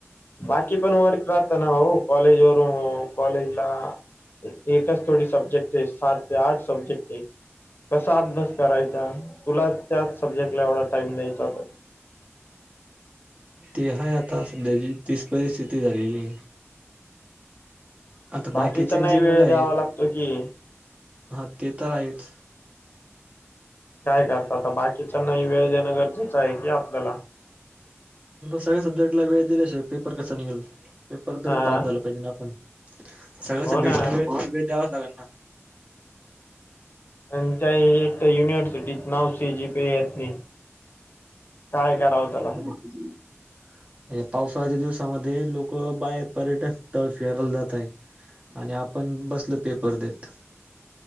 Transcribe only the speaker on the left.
बाकी पण वर्क राहताना हो कॉलेज वून कॉलेज ला. एकच थोडी सब्जेक्ट आहे सात ते आठ सब्जेक्ट आहे कसास. करायचा तुला त्याच सब्जेक्ट ला एवढा टाइम नाहीचाात.
बाकीचा नाही
वेळ
द्यावा लागतो कि
काय करतात आता बाकीच्यांना वेळ जाणं गरजेच आहे की आपल्याला
हा
हो
ना
आणि त्या एक युनि <unintelligible> सिटीत नाव सी. जी. पी. ये. येत नाही, काय करावं त्याला.